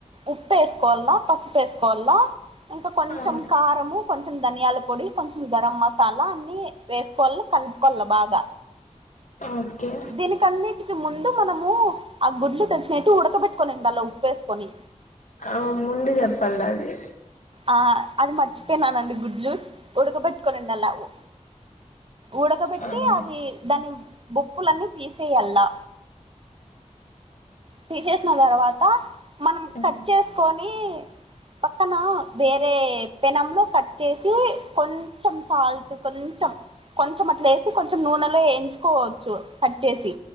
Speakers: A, on the right (about 45°); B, on the left (about 75°).
A: ఉప్ వేసుకోవల్ల, పసుపేసుకోవల్ల ఇంకా కొంచెం
B: ఆ
A: కారము కొంచెం ధనియాల పొడి, కొంచెం గరం మసాలా అన్ని వేసుకోవల్ల, కలుపుకోవల్ల బాగా.
B: ఓకే
A: దీనికన్నిటికి ముందు మనము ఆ గుడ్లు తెచ్చినట్టు ఉడకబెట్టునిండల్లా ఉప్పు ఏసుకొని.
B: ఆ ముందు చెప్పాల అది.
A: ఆ అది మర్చిపోయినానండి, గుడ్ జు ఉడకబెట్టుకోనండి అలా ఉ ఉడకబెట్టి
B: ఆ ఉమ్
A: అవి దాన్ని బుప్పులన్నీ తీసేయల్లా, తీసేసిన తర్వా మనం
B: ఉమ్
A: కట్ చేసుకొని పక్కన వేరే పెనంలో కట్ చేసి కొంచెం సాల్ట్, కొంచెం కొంచెం అట్లే ఏసి కొంచెం నూనెలో వేయించుకోవచ్చు, కట్ చేసి